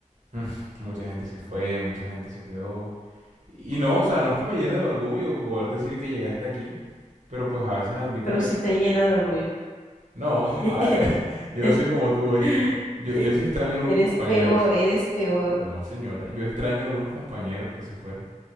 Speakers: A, on the right; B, on the left.
A: <laughs> mucha gente se fue, mucha gente se quedó. Y no, o sea, no es que me llene de orgullo poder decir que llegué hasta aquí, pero pues a veces admito
B: pero
A: que
B: sí te llena de orgullo.
A: no,
B: <laughs>
A: a- <laughs> yo no soy como tú, ¿oíste?
B: <laughs>
A: Yo, yo sí extraño a algunos
B: Eres
A: compañeros.
B: peor, eres peor.
A: No, señora, yo extraño a algunos compañeros que se fueron.